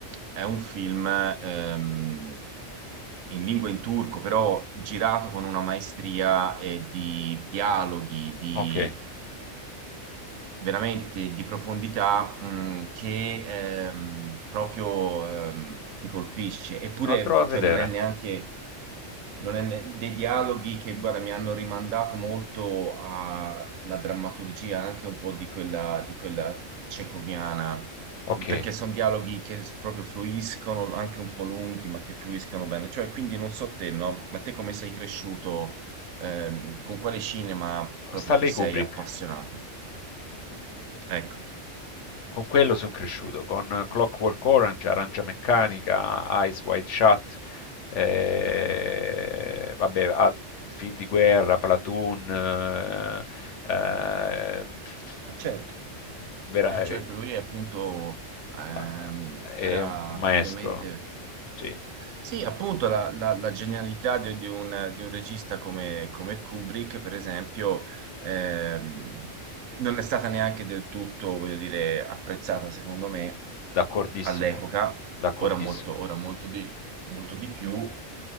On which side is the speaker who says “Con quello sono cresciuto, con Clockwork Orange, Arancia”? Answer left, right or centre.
Left